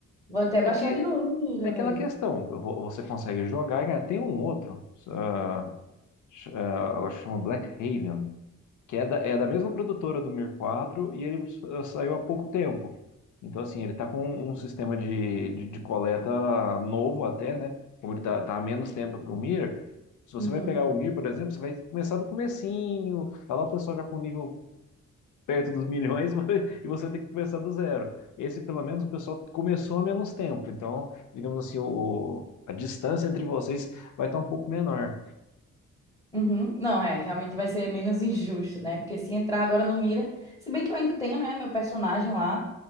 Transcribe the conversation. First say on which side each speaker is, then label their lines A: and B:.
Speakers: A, on the left; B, on the left.
A: vou até baixar
B: É porque
A: de novo, amiga,
B: é aquela
A: velho.
B: questão, vo- você consegue jogar e ganhar. Tem um outro, ah, ch- ah, eu acho que chama Black Haven, que é da, é da mesma produtora do Mir 4 e ele sa- saiu há pouco tempo. Então, assim, ele está com um um sistema de, de, de coleta novo até, né? Como ele está tá tá há menos tempo que o Mir, se você
A: Uhum.
B: vai pegar o Mir, por exemplo, você vai começar do comecinho, tá lá o pessoal já com o nível perto dos milhões <laughs> e vai- e você vai ter que começar do zero. Esse, pelo menos, o pessoal começou há menos tempo. Então, digamos assim, o, o- a distância entre vocês vai estar um pouco menor.
A: Uhum. Não, é, realmente vai ser menos <laughs> injusto, né? Porque se entrar agora no Mira, se bem que eu ainda tenho, né, meu personagem lá,